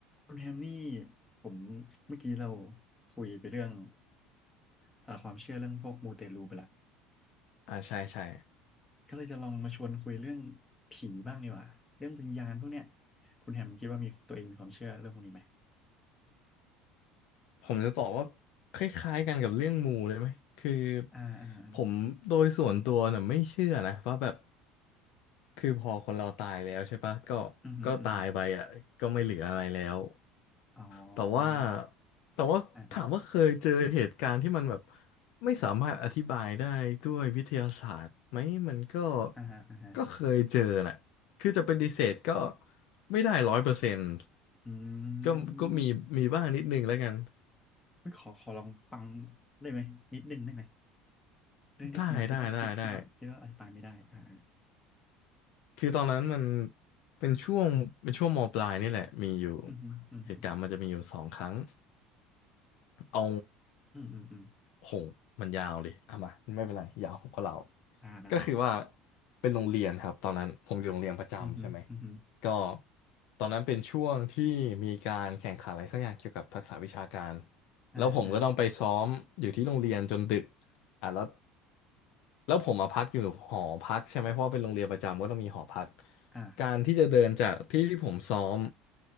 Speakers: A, on the left; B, on the left.
A: คุณแฮมนี่ผมเมื่อกี้เราคุยไปเรื่องเอ่อความเชื่อเรื่องพวกมูเตลูไปละ
B: อ่าใช่ใช่
A: ก็เลยจะลองมาชวนคุยเรื่องผีบ้างดีกว่าเรื่องวิญญาณพวกเนี้ยคุณแฮมคิดว่ามีตัวเองมีความเชื่อเรื่องพวกนี้ไหม
B: ผมจะตอบว่าคล้ายๆกันกับเรื่องมูเลยไหมคือ
A: อ่าอ่าอ่า
B: ผมโดยส่วนตัวน่ะไม่เชื่อนะว่าแบบคือพอคนเราตายแล้วใช่ปะก็ก็ตายไปอ่ะก็ไม่เหลืออะไรแล้ว
A: อือฮึอือฮึอ๋อ
B: แต่ว่าแต่ว่าถามว่าเคยเจอเหตุการณ์ที่มันแบบ
A: อ่าอ่า
B: ไม่สามารถอธิบายได้ด้วยวิทยาศาสตร์ไหมมันก็
A: อ่าฮะอ่าฮะ
B: ก็เคยเจอน่ะคือจะปฏิเสธก็ไม่ได้ร้อยเปอร์เซ็นต์
A: อืม
B: ก็ก็มีมีบ้างนิดนึงแล้วกัน
A: เฮ้ยขอขอลองฟังได้ไหมนิดนึงได้ไหมเรื่องที่คุณคิดว่าทิปคิดว่าคิดว่าอธิบายไม่ได้อ่าอา
B: ได้ได้ได้ได้คือตอนนั้นมันเป็นช่วงเป็นช่วงมปลายนี่แหละมีอยู่
A: อือฮึอือฮึ
B: เหตุการณ์มันจะมีอยู่สองครั้ง เอา
A: อืมอืมอืม
B: โหงมันยาวดิเอามาไม่เป็นไรยาวผมก็เล่า
A: อ่าได้
B: ก็คือว่าเป็นโรงเรียนครับตอนนั้นผมอยู่โรงเรียนประจำใช่ไหม
A: อือฮึอือฮึ
B: ก็ตอนนั้นเป็นช่วงที่มีการแข่งขันอะไรสักอย่างเกี่ยวกับทักษะวิชาการ
A: อ่าอ่า
B: แล้วผมก็ต้องไปซ้อมอยู่ที่โรงเรียนจนดึกอ่ะแล้วแล้วผมมาพักอยู่หอพักใช่ไหมเพราะว่าเป็นโรงเรียนประจำก็ต้องมีหอพัก
A: อ่าครับ
B: การที่จะเดินจากที่ที่ผมซ้อม